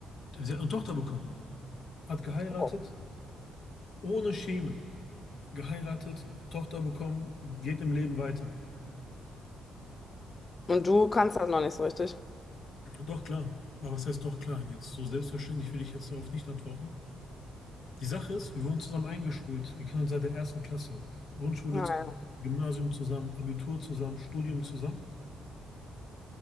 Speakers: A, on the left; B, on the left.
A: Sie hat eine Tochter bekommen, hat geheiratet,
B: Oh.
A: ohne Schemen. Geheiratet, Tochter bekommen, geht im Leben weiter.
B: Und du kannst das noch nicht so richtig.
A: Doch klar. Aber was heißt doch klar jetzt? So selbstverständlich will ich jetzt darauf nicht antworten. Die Sache ist, wir wurden zusammen eingeschult. Wir kennen uns seit der ersten Klasse. Grundschule
B: Naja,
A: zusammen, Gymnasium zusammen, Abitur zusammen, Studium zusammen.